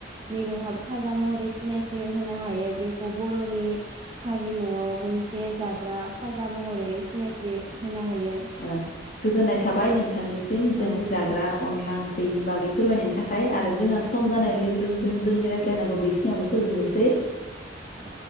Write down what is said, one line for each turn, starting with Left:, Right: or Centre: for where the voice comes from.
Right: मिलौहाब खाजा महरै सिनायथि होनो हायो बेखौ बर'नि हारिमुआव मोनसे जाग्रा खाजा महरै सिनायथि होनो हायो हायो
Left: ओ गोजोननाय थाबाय नोंथांनिसि सिम
Right: औ
Left: जोंनि जाग्रा अनला ओंख्रिनि बागै फोरमायनायनि थाखाय आरो जोंहा सम
Right: औ
Left: जानाय लोगो लोगोनो जों जोंनि रायज्लायनांगौ बेखिनियावनो फोजोबनोसै
Right: औ